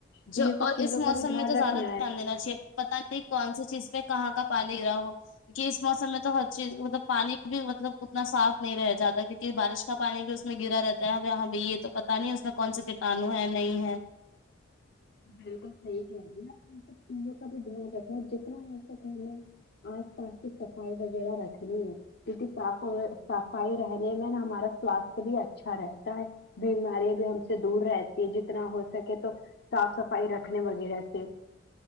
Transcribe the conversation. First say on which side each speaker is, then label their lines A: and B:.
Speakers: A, on the left; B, on the left.
A: تو
B: جو
A: یہ سب
B: اور
A: چیزوں
B: اس موسم
A: کا بھی دھیان
B: میں تو
A: رکھنا
B: زیادہ دھیان
A: ہے
B: دینا چاہیے پتہ نہیں نہیں کون سی چیز پے کہاں کا پانی ملا ہو کہ اس موسم میں تو ہر چیز مطلب پانی بھی مطلب اتنا صاف نہیں رہ جاتا کیونکہ بارش کا پانی بھی اس میں گرا رہتا ہے ہمیں یہ تو پتا نہیں اس میں کون سے کیٹانو ہے نہیں ہے
A: بالکل صحیح کہہ رہیے آپ ان سب چیزوں کا بھی دھیان رکھنا جتنا ہو سکے میں آس پاس کی صفائی وغیرہ رکھنی ہے کیونکہ صاف صفائی رہنے میں نا ہمارا سواستھ بھی اچھا رہتا ہے بیماریاں بھی ہم سے دور رہتی ہے جتنا ہو سکے تو صاف صفائی رکھنے وغیرہ سے